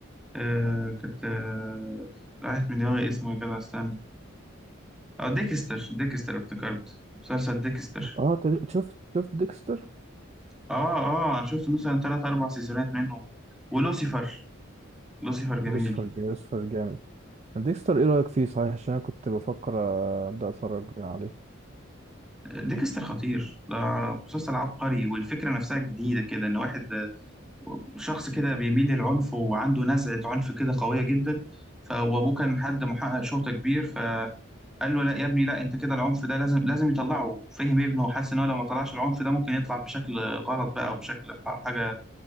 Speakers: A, in the centre; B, on the right (about 30°).
A: آه كانت آه راحت من دماغي اسمه يا جدع استنى أه ديكستر ديكستر افتكرت مسلسل ديكستر
B: اه تد- شفت شفت ديكستر
A: اه اه انا شفت مثلا ثلاث اربع سيزونات منه ولوسيفر لوسيفر جميل
B: لوسيفر جامد لوسيفر جامد ديكستر ايه رأيك فيه صحيح عشان انا كنت بفكر آه، ابدأ اتفرج عليه
A: ديكستر خطير ده مسلسل عبقري والفكره نفسها جديده كده ان واحد شخص كده بيميل للعنف وعنده نزعه عنف كده قويه جدا فابوه كان حد محقق شرطه كبير فقال له لا يا ابني لا انت كده العنف ده لازم لازم يطلعه فهم ابنه وحس ان هو لو ما طلعش العنف ده ممكن يطلع بشكل غلط بقى وبشكل حاجه